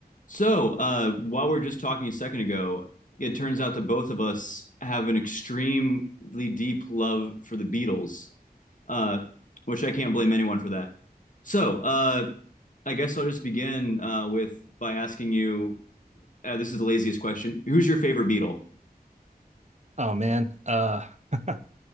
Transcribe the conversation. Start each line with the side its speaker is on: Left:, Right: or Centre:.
Left: So, uh, while we are just talking a second ago, it turns out that both of us have an extremely deep love for the Beatles, uh, which I can't blame anyone for that. So, uh, I guess I'll just begin uh, with by asking you, uh, this is the laziest question. Who's your favorite Beatle?
Right: Oh man, uh, <laughs>